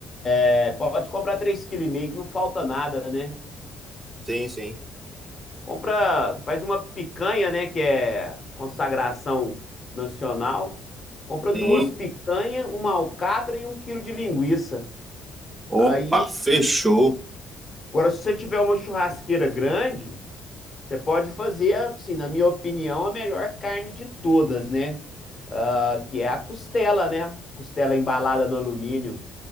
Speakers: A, on the left; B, on the right.
A: É, pode comprar 3,5 kg que não falta nada, né?
B: Sim, sim.
A: Compra, faz uma picanha, né, que é consagração nacional. Compra
B: Sim.
A: duas picanhas, uma alcatra e um quilo de linguiça. Aí,
B: Opa, fechou.
A: agora, se você tiver uma churrasqueira grande, você pode fazer, assim, na minha opinião, a melhor carne de todas, né? Ah, que é a costela, né? Costela embalada no alumínio,